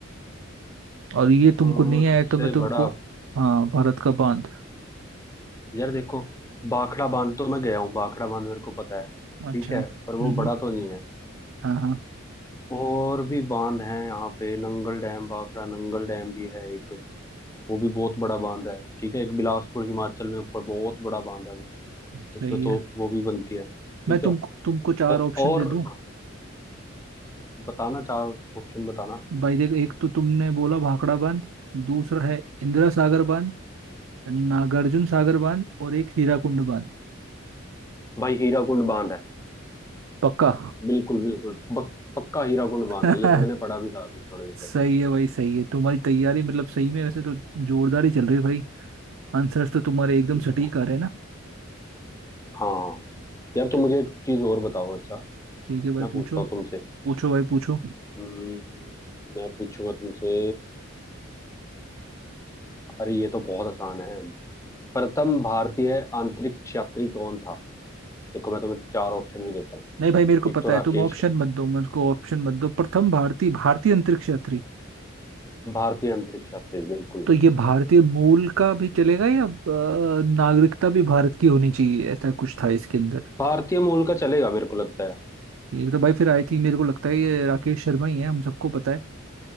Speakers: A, on the right (about 70°); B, on the left (about 15°).
A: और ये तुमको
B: तो
A: नहीं
B: सबसे
A: आया तो मैं तुमको
B: बड़ा
A: हाँ भारत का बांध
B: यार देखो भाखड़ा बांध तो मैं गया हूँ भाखड़ा बांध मेरे को पता है
A: अच्छा
B: ठीक है
A: हम्म
B: पर वो
A: हम्म,
B: बड़ा तो नहीं है
A: हाँ हाँ
B: और भी बांध हैं यहाँ पे नंगल डैम भाखड़ा नंगल डैम भी है एक वो भी बहुत बड़ा बांध है ठीक है एक बिलासपुर हिमाचल में ऊपर बहुत बड़ा बांध है वो
A: सही
B: उसमें तो
A: है
B: वो भी बनती है ठीक
A: मैं
B: है
A: तुमको तुमको चार
B: औ,
A: ऑप्शन
B: और
A: दे दूं
B: बताना चार ऑप्शन बताना
A: भाई देख एक तो तुमने बोला भाखड़ा बांध दूसरा है इंदिरा सागर बांध नागार्जुन सागर बांध और एक हीराकुंड बांध
B: भाई हीरा कुंड बांध है
A: पक्का
B: बिल्कुल बिल्कुल पक- पक्का हीरा कुंड
A: <laughs>
B: बांध है ये तो मैंने पढ़ा भी था अभी थोड़ी देर
A: सही
B: पहले
A: है भाई सही है तुम्हारी तैयारी मतलब सही में वैसे तो जोरदार ही चल रही है भाई आंसर्स तो तुम्हारे एकदम सटीक
B: बा-
A: आ रहे हैं ना
B: हाँ यार तो
A: चो-
B: मुझे एक चीज और बताओ अच्छा
A: ठीक है भाई
B: मैं
A: पूछो
B: पूछता हूँ तुमसे
A: पूछो भाई पूछो
B: हम्म, मैं पूछूंगा तुमसे अरे ये तो बहुत आसान है प्रथम भारतीय अंतरिक्ष यात्री कौन था देखो मैं तुम्हें चार ऑप्शन भी देता हूँ
A: नहीं भाई मेरे को
B: एक
A: पता
B: तो राकेश
A: है तुम ऑप्शन मत दो मेरे को ऑप्शन मत दो प्रथम भारतीय भारतीय अंतरिक्ष यात्री
B: भारतीय अंतरिक्ष यात्री बिल्कुल
A: तो ये भारतीय मूल का भी चलेगा या अ, नागरिकता भी भारत की होनी चाहिए ऐसा कुछ था इसके अंदर
B: भारतीय मूल का चलेगा मेरे को लगता है
A: ये तो भाई फिर आई थी मेरे को लगता है ये राकेश शर्मा ही है हम सबको पता है